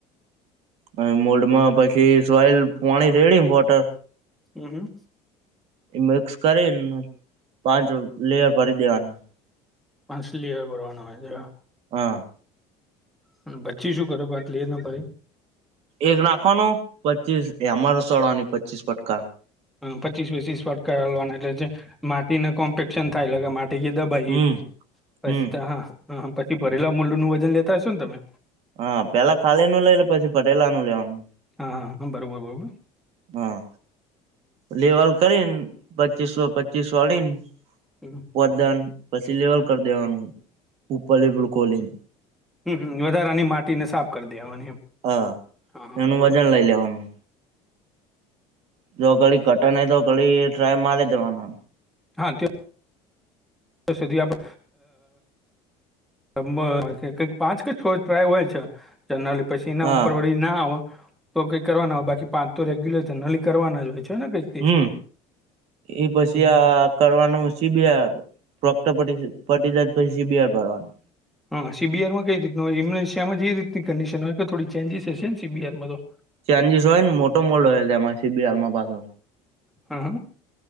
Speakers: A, on the right; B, in the centre.
A: હવે મોલ્ડમાં પછી સોઈલ પાણી રેડીન વોટર
B: હમ્મ-હમ્મ.
A: ઈ મિક્સ કરીન પાંચ લેયર ભરી દેવાના.
B: પાંચ લિયર ભરવાના હોય <unintelligible>
A: હા.
B: હમ્મ. પછી શું કરો પાંચ લેયરના ભરે?
A: એક નાખવાનો, પચીસ એ અમારો સળવાની પચીસ ફટકાર.
B: હમ્મ. પચીસ વચીસ ફટકા <unintelligible> જે-જે માટીને કોમ્પેક્શન થાય એટલે કે માટ <unintelligible> દબાઈ
A: હમ
B: ઈ. પસી
A: હમ
B: તો હા, હા. પછી ભરેલા મુલ્ડનું વજન લેતા હશો ને તમે?
A: હા. પહેલા ખાલી નું લઈ ને પછી ભરેલાનું લેવાનું
B: હા, હા, હા. બરોબર-બરોબર.
A: હા. લેવલ કરીન પચીસો-પચીસો અડીન
B: <unintelligible>
A: <unintelligible> પછી લેવલ કર દેવાનું. ઉપરલી બ્રુકોલીન.
B: હમ્મ-હમ્મ. વધારાની માટીને સાફ કર દેવાની હોય એમ.
A: હા
B: અહં
A: એનું
B: <unintelligible>
A: વજન લઈ લેવાનું, જો ઘડીક કટન હોય તો ઘડી ટ્રાય મારી દેવાનો.
B: હા તે, સુધી આપડે, પાંચ કે છો હોયલ છે, જનરલ પસીના
A: હા
B: ઉપરવાડી. ના હોતો કંઈક કરવાના હો બાકી પાંચ તો રેગ્યુલર જનરલી કરવાના જ હોય છે, ને કંઈક
A: હું એ પછી આ કરવાનું શીબિ પ્રોકટ પડી છે, બની જાય પછી <unintelligible> બહાર પાડવાનું,
B: હા સીબીઆરમાં કઈ રીત નુ હોય એમ્યુનેશિયામાં જે એ રીતની કનડિશન હોય થોડી ચેન્જીસ હશે ને સીબીઆરમાં તો,
A: ચેન્જીસ હોય ને મોટો મોડ હોય એમાં સીબીઆરમાં પાસો,
B: હા, હા.